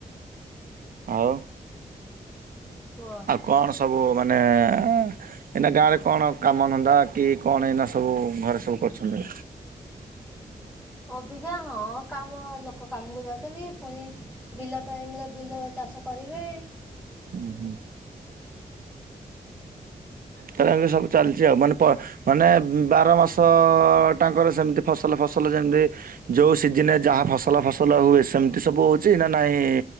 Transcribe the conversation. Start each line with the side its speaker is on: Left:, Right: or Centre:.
Right: ଆଉ?
Centre: ହୁଅ।
Right: ଆଉ କଣ ସବୁ ମାନେ ଏ ଏଁ ଏଇନା ଗାଁରେ କଣ କାମଧନ୍ଦା କି କଣ ଏଇନା ସବୁ ଘରେ ସବୁ କରୁଛନ୍ତି?
Centre: ଅବିଜ୍ଞା ହଁ କାମ ଲୋକ କାମକୁ ଯାଉଚନ୍ତି ପୁଣି ବିଲ ଟାଇମରେ ବିଲ ଚାଷ କରିବେ।
Right: ହୁଁ ହୁଁ ତା ହେଲେ ସବୁ ଚାଲିଛି ଆଉ ମାନେ ମାନେ ବାର ମାସ ତ ଟାଙ୍କର ସେମିତି ଫସଲ ଫସଲ ଯେମିତି ଯୋଉ ସିଜିନରେ ଯାହା ଫସଲ ଫସଲ ହୁଏ ସେମିତି ସବୁ ହୋଉଚି ନା ନାଇଁ